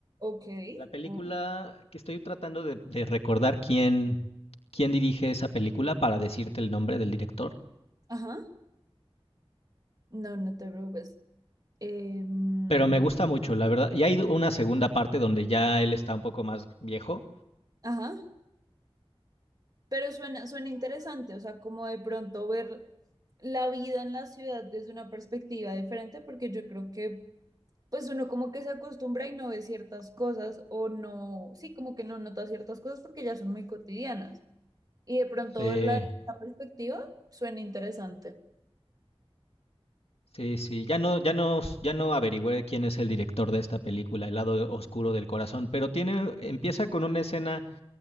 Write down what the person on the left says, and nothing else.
La película
que estoy tratando de, de recordar quién, quién dirige esa película para decirte el nombre del director,
pero me gusta mucho, la verdad. Y hay una segunda parte donde ya él está un poco más viejo.
Sí,
sí, sí. Ya no, ya no, ya no averigüé quién es el director de esta película, El lado oscuro del corazón, pero tiene, empieza con una escena